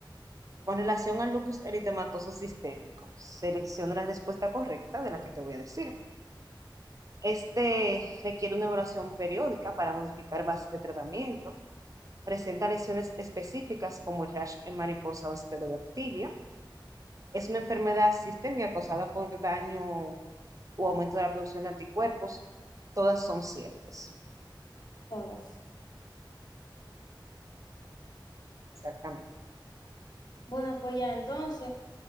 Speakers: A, on the right; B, on the left.
A: Con relación al lupus eritematoso sistémico, selecciona la respuesta correcta de la que te voy a decir. Este requiere una evaluación periódica para modificar bases de tratamiento. Presenta lesiones específicas como el rash en mariposa o esclerodactilia. Es una enfermedad sistémica causada por daño o aumento de la producción de anticuerpos. Todas son ciertas.
B: todas.
A: Exactamente.
B: Bueno, pues ya entonces,